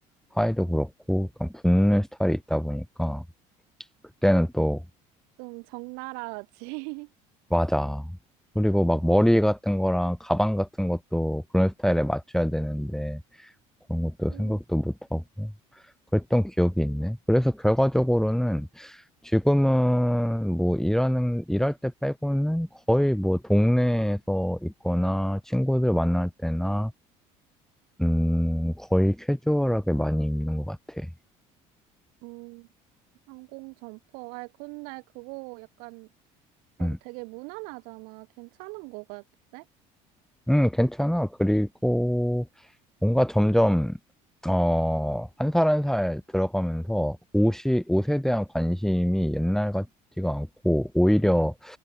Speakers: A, in the centre; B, on the right.
A: 하의도 그렇고, 약간 붙는 스타일이 있다 보니까, 그때는 또
B: 좀 적나라하지.
A: 맞아. 그리고 막 머리 같은 거랑 가방 같은 것도 그런 스타일에 맞춰야 되는데 그런
B: <laughs>
A: 것도
B: 응.
A: 생각도 못하고 그랬던 기억이 있네. 그래서 결과적으로는 지금은 뭐 일하는, 일할 때 빼고는 거의 뭐 동네에서 있거나 친구들 만날 때나 음, 거의 캐주얼하게 많이 입는 것 같아.
B: 응. 항공 점퍼. 아, 근데 그거 약간 어
A: 응,
B: 되게 무난하잖아. 괜찮은 거 같은데?
A: 응, 괜찮아. 그리고 뭔가 점점, 어, 한 살 한 살 들어가면서 옷이, 옷에 대한 관심이 옛날 같지가 않고, 오히려